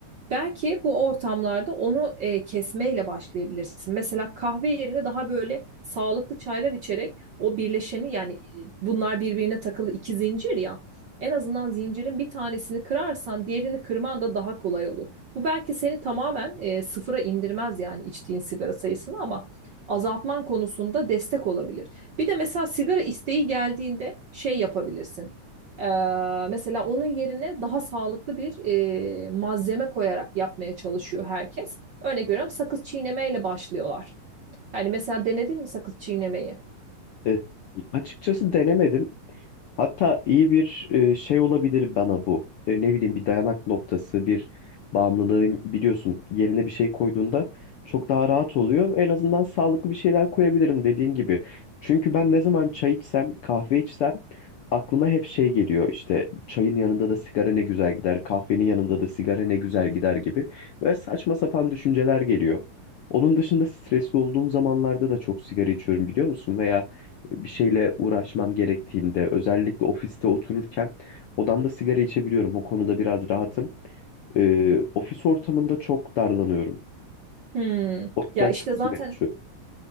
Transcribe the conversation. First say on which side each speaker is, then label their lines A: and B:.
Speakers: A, on the right; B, on the left.
A: Belki bu ortamlarda onu e, kesmeyle başlayabilirsin. Mesela kahve yerine daha böyle sağlıklı çaylar içerek o birleşeni yani e, bunlar birbirine takılı iki zincir ya. En azından zincirin bir tanesini kırarsan diğerini kırman da daha kolay olur. Bu belki seni tamamen e, sıfıra indirmez yani içtiğin sigara sayısını ama azaltman konusunda destek olabilir. Bir de mesela sigara isteği geldiğinde şey yapabilirsin. Eee, mesela onun yerine daha sağlıklı bir eee, malzeme koyarak yapmaya çalışıyor herkes. Örnek veriyorum sakız çiğnemeyle başlıyorlar. Yani mesela denedin mi sakız çiğnemeyi?
B: E, açıkçası denemedim. Hatta iyi bir e, şey olabilir bana bu. E, Ne bileyim bir dayanak noktası, bir bağımlılığın biliyorsun yerine bir şey koyduğunda çok daha rahat oluyor. En azından sağlıklı bir şeyler koyabilirim dediğin gibi. Çünkü ben ne zaman çay içsem, kahve içsem aklıma hep şey geliyor. İşte çayın yanında da sigara ne güzel gider, kahvenin yanında da sigara ne güzel gider gibi. Böyle saçma sapan düşünceler geliyor. Onun dışında stresli olduğum zamanlarda da çok sigara içiyorum biliyor musun? Veya bir şeyle uğraşmam gerektiğinde özellikle ofiste otururken odamda sigara içebiliyorum. O konuda biraz rahatım. Ee, ofis ortamında çok darlanıyorum.
A: Hmm.
B: O yüzden
A: Ya işte
B: çok
A: zaten
B: sigara içiyorum.